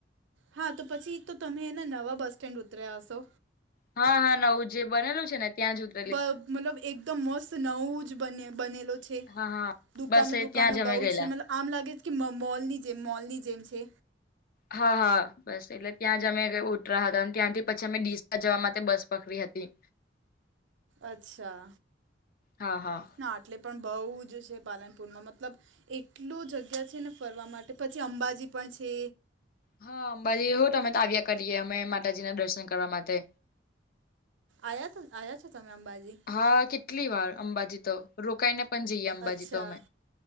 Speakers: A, on the right (about 85°); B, on the left (about 50°).
A: હા તો પછી તો તમેને નવા બસ સ્ટેન્ડ ઉતર્યા હશો.
B: હા હા નવું જે બનેલું છે ને ત્યાં ઉતરી
A: બ મતલબ એકદમ મસ્ત નવું જ બને બનેલો છે.
B: હા હા
A: દુકાનો
B: બસ એ
A: દુકાનો
B: ત્યાં અમે
A: બહુ
B: ગયેલા.
A: જ છે મતલબ આમ લાગે છે કે મોલની જેમ મોલની જેમ છે.
B: હા હા બસ એટલે ત્યાં જ અમે ઉતરા હતા અને ત્યાંથી પછી અમે ડીસા જવા માટે બસ પકડી હતી.
A: અચ્છા
B: હા હા
A: ના એટલે. પણ બહુ જ છે પાલનપુરમાં મતલબ એટલો જગ્યા છે ને ફરવા માટે પછી અંબાજી પણ છે.
B: હા અંબાજી હો અમે તો આવ્યા કરીએ અમે માતાજી ના દર્શન કરવા માટે.
A: આયા આયા છો તમે અંબાજી.
B: હા કેટલી વાર અંબાજી તો રોકાઈને પણ જઈએ અંબાજી
A: અચ્છા
B: તો અમે.